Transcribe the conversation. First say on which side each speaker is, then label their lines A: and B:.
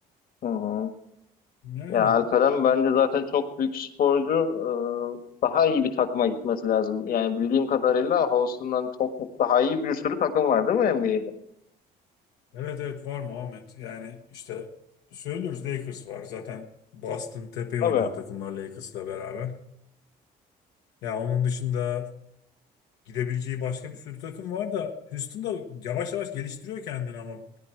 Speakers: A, on the left; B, on the left.
A: Hı hı.
B: Yani
A: Ya Alperen bence zaten çok büyük sporcu. Ee, Daha iyi bir takıma gitmesi lazım. Yani bildiğim kadarıyla Houston'dan çok çok daha iyi bir sürü takım var değil mi NBA'de?
B: Evet evet var Muhammed. Yani işte söylüyoruz Lakers var zaten Boston tepeyi
A: Tabii.
B: oynayan takımlar Lakers'la beraber. Ya onun dışında gidebileceği başka bir sürü takım var da Houston da yavaş yavaş geliştiriyor kendini ama